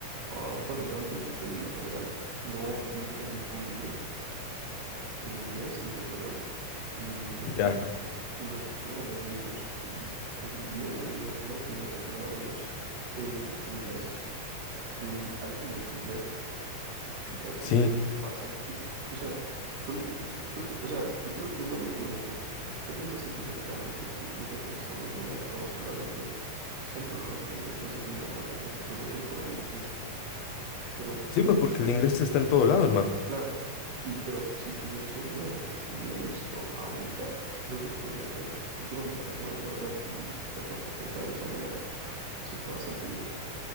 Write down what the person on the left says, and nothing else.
Ya,
sí.
Sí, pues porque el inglés está en todo lado, hermano.